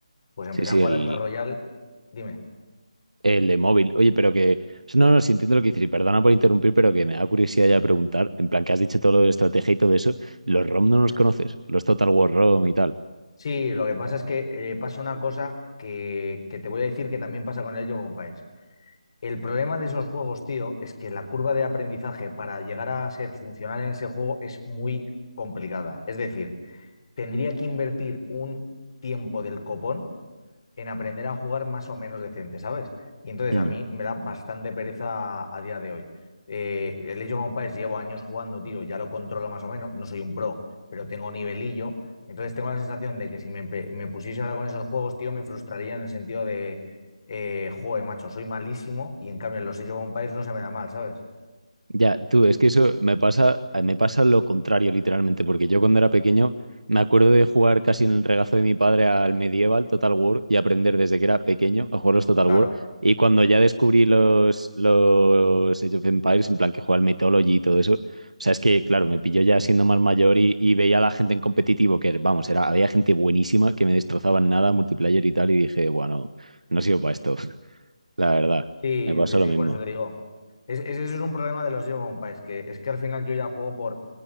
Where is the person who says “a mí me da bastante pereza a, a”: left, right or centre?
Left